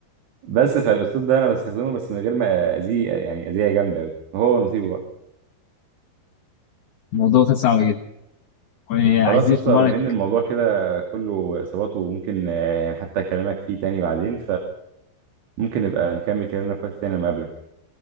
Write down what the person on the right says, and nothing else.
بس فالاسلوب ده انا بستخدمه بس من غير ما اذيه يعني اذيه جامده قوي هو نصيبه بقى
خلاص قشطة
بما ان الموضوع كده كله اصابات وممكن آه، يعني حتى اكلمك فيه تاني بعدين فممكن نبقى نكمل كلامنا في وقت تاني لما اقابلك